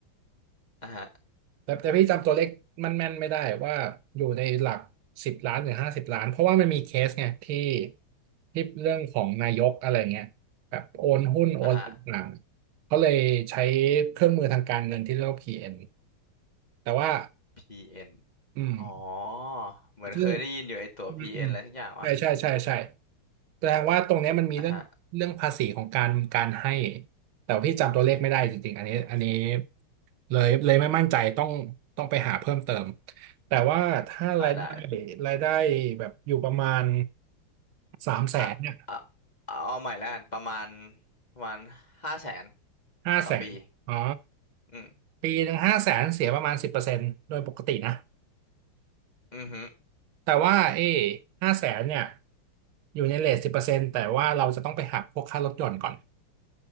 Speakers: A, on the left; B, on the right.
A: <laughs> อ่ะฮะ
B: แต่แต่พี่จำตัวเลขมันแม่นไม่ได้ว่าอยู่ในหลักสิบล้านหรือห้าสิบล้านเพราะว่ามันมีเคสไงที่ที่เรื่องของนายกอะไรเงี้ยแบบโอนหุ้นโอนต่างๆเขาเลยใช้
A: อ่ะฮะ
B: เครื่องมือทางการเงินที่เรียกว่าพีเอ็นแต่ว่า
A: พีเอ็น
B: อืม
A: อ๋อเหมือนเคยได้ยินอยู่ไอตัว
B: ซึ่งอืมอืม
A: PN อนอะไรทุกอย่างวะ
B: ใช่ใช่ใช่ใช่แสดงว่าตรงเนี้ยมันมีเรื่องเรื่องภาษีของการการให้
A: อ่ะฮะ
B: แต่ว่าพี่จำตัวเลขไม่ได้จริงๆอันนี้อันนี้เลยเลยไม่มั่นใจต้องต้องไปหาเพิ่มเติม แต่ว่าถ้ารายได้
A: อ่าได้
B: รายได้แบบอยู่ประมาณสามแสนเนี่ย
A: อ่ะอ่ะเอาเอาใหม่แล้วกันประมาณประมาณห้าแสน
B: ห้าแสนอ๋อ
A: ต่อปีอืม
B: ปีหนึ่งห้าแสนเสียประมาณสิบเปอร์เซ็นต์โดยปกตินะ
A: อือฮึ
B: แต่ว่าเอ้ห้าแสนเนี่ยอยู่ในเรทสิบเปอร์เซ็นต์แต่ว่าเราจะต้องไปหักพวกค่ารถยนต์ก่อน